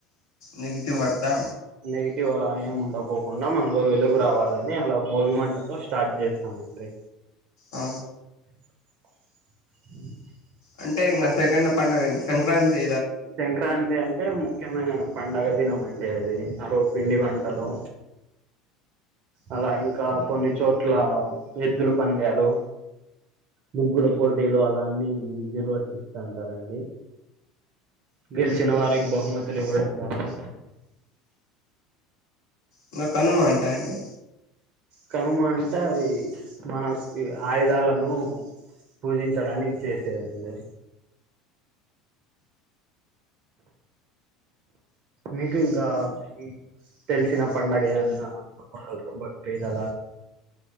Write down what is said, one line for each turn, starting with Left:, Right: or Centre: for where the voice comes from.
Left: నగిేటివ వ దా
Right: నెగిటివ్ అలా ఏం ఉండకోకుండా మనలో వెలుగు రావాలని అలా భోగి మంటతో స్టార్ట్ చేస్తామండి
Left: ఆ
Right: అ
Left: అంటే ఇంకా సఖండ పడుగ సంక్రాంతి
Right: సంక్రాంతి అంటే ముఖ్యమైన పండుగ తినం అండి అది మరో పిండి వంటలు అలా ఇంకా కొన్ని చోట్ల ఎద్దుల పంద్యాలు, ముగ్గుల పోటీలు, అలాన్ని నిర్వర్తిస్తాంటారండి గెలిచిన వారికి బహుమతులు ఇవ్వడం కానీ
Left: ఇంకా కనుమా రండి
Right: కనుమ అంటే అవి మనకి ఆయుధాలను పూజించడానికి చేసేదండి మీకు ఇంకా ఇ తెలిసిన పండుగ ఏదన్న <unintelligible>